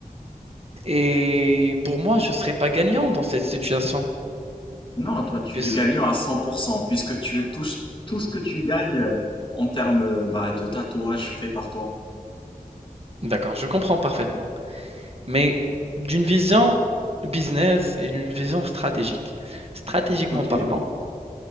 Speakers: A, on the right; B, on the left.
A: Et pour moi, je ne serais pas gagnant dans cette situation.
B: Non, toi, tu
A: puisque-
B: es gagnant à 100% puisque tu touches tout ce que tu gagnes euh, en termes euh, bah, de tatouages faits par toi.
A: D'accord, je comprends parfaitement. Mais d'une vision business et d'une vision stratégique. Stratégiquement
B: Ok,
A: parlant,